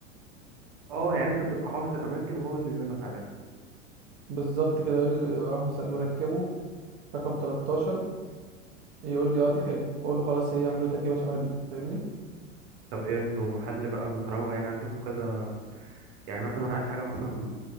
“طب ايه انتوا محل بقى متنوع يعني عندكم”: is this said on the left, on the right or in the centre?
Right